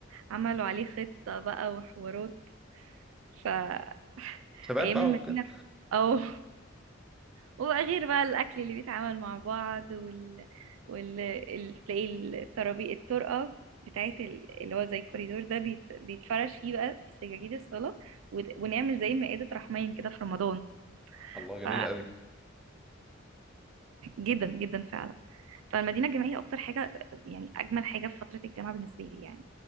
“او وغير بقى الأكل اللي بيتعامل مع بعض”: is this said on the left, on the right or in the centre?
Right